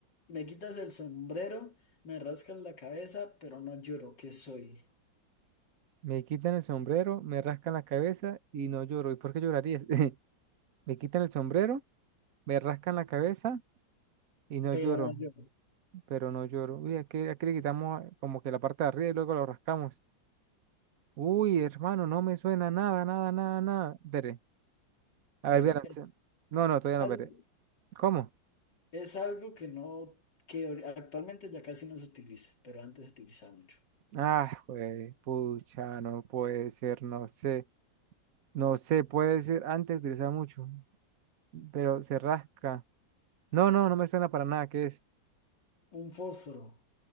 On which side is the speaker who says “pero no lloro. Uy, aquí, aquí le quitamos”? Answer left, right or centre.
Right